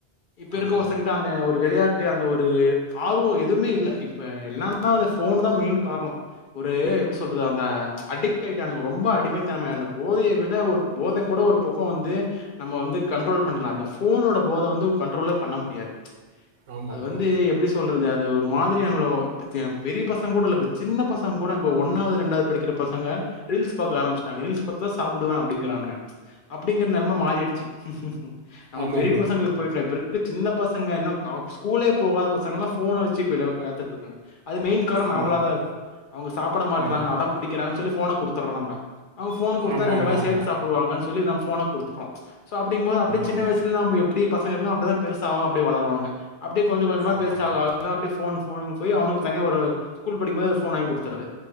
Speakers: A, on the left (about 60°); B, on the right (about 80°).
A: இப்போ இருக்குர
B: ஆமாம்
A: பசங்கிட்ட
B: ப்ரோ
A: அந்த ஒரு வெளயாட் ட்டு அந்த ஒரு ஆர்வோ எதுமே இல்ல இப்ப என்னனா அந்த ஃபோன் தா மெயின் காரண ஒரு எப்டி சொல்றது அந்த அடிட்க் ஆய்டானுங்க ரொம்ப அடிமைத்தனம அந்த போதைய விட போத கூட ஒரு பக்கோ வந்து நம்ம வ கண்ட்ரோல் பண்நிர்லா ஃபோனோட போத வந்து கண்ட்ரோலே பண்ண முடியாது
B: ஆமாம்
A: அது வந்து
B: ப்ரோ
A: எப்டி சொல்றது அந் ஒரு மாதிரி நம்மல பெரிய பசங்க கூட இல்லப்ப சின்ன பசங்க கூட இ ஒன்னாவது ரெண்டாவது படிக்கிற பசங்க ரீல்ஸ் பாக்க ஆரம்பிச்சுட்டாங்க ரீல்ஸ் பாத்தா சாப்பிடுவே அப்டிங்கிறாங்க அப்டிங்கற நெலம மாறிடுச்சு ஹு ம் ஹு ம் நம்ம
B: ஆமாம்
A: பெரிய
B: ப்ரோ
A: பசங்களுக்கு போய்டோ இப்பருக் சின்ன பசங்க இன்னு க ஸ்கூலே போகாத பசங்க எல்லா ஃபோன வச்சு விளையா பாத்துட்ருக்காங்க அது மெயின் காரணோ
B: ஆமாம்
A: நாமளா
B: ப்ரோ
A: தா இருக்கு அவங்க சாப்பிட மாட்றாங்க
B: ஆமாம் ப்ரோ
A: அடம்
B: ஆமாம்
A: பிடிக்கிறாங்கன்னு சொல்லி போன குடுத்துறோ நம்ம அவுங்க ஃபோன் குடுத்த
B: ஆமாம்
A: ரெண்டு வாய்
B: ஆமாம்
A: சேத்து சாப்புடுவாங்கனு சொ சொல்லி நம்ம ஃபோன குடுத்துட்றோ சோ அப்பிடிங்போது அப்பிடியே சின்ன
B: ஆமாம் ஆமாம்
A: வயசுல இப்ப எப்பிடி பசங்க இருக்கு அப்பிடிதா பெருசாவு அப்பிடி வளருவாங்க அப்பிடியே கொஞ்ச கொஞ்சமா
B: ஆமாம்
A: பெருசா
B: ப்ரோ
A: ஆக ஆக அப்படியே ஃபோன் ஃபோனு போய் அவுனுக்கு தனியா ஒரு ஸ்கூல் படிக்கு போது ஒரு ஃபோன் வாங்கி குடுத்தறது